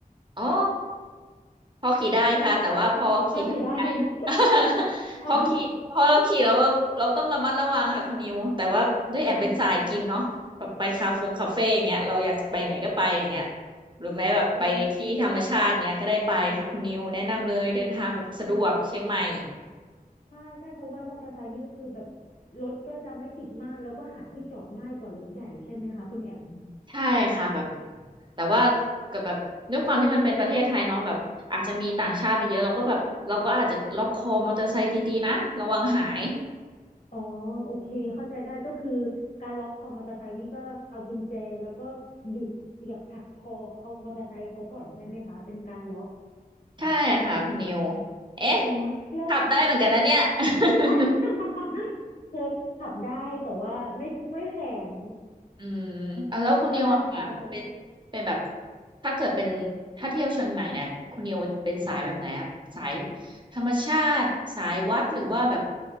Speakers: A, on the right; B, on the left.
A: อ๋อ พอขี่ได้ค่ะแต่ว่าพอขี่ถนนใหญ่
B: พอขี่ได้ <laughs>
A: <laughs>
B: อ่า
A: พอขี่พอเราขี่แล้วเราเราต้องระมัดระวังค่ะคุณนิวแต่ว่าด้วยแอมเป็นสายกินเนาะแบบไปคาเฟงคาเฟ่อย่างเงี้ยเราอยากไปไหนก็ไปอย่างเงี้ย
B: อืมค่ะ
A: หรือแม้แบบไปที่ธรรมชาติอย่างเงี้ยก็ได้ไปค่ะคุณนิวแนะนำเลยเดินทางแบบสะดวกเชียงใหม่
B: โอ้เออใช่ใช่เพราะว่ามอเตอร์ไซค์นี่ก็คือแบบรถก็จะไม่ติดมากแล้วก็หาที่จอดง่ายกว่ารถใหญ่ใช่ไหมคะคุณแอม
A: ใช่ค่ะแบบแต่ว่ากับแบบด้วยความที่มันเป็นประเทศไทยเนาะแบบอาจจะมีต่างชาติมาเยอะเราก็แบบเราก็อาจจะล็อกคอมอเตอร์ไซค์ดีๆนะระวังหาย
B: อ๋อโอเคเข้าใจได้ก็คือ
A: อืม
B: การล็อกคอมอเตอร์ไซค์นี่ก็เอากุญแจแล้วก็บิดเสียบหักคอเขามอเตอร์ไซค์เขาก่อนใช่ไหมคะเป็นการล็อก
A: ใช่ค่ะคุณนิวเอ๊ะ
B: โอ้อแล้ว
A: ขับได้เหมือนกันนะเนี่ย <laughs>
B: <laughs> คือขับได้แต่ว่าไม่ไม่แข็ง
A: อืมเอาแล้วคุณนิวอะค่ะเป็นเป็นแบบ
B: พอได้ค่ะพอได้
A: ถ้าเกิดเป็นถ้าเที่ยวเชียงใหม่เนี่ยคุณนิวเป็นสายแบบไหนอะสายธรรมชาติสายวัดหรือว่าแบบ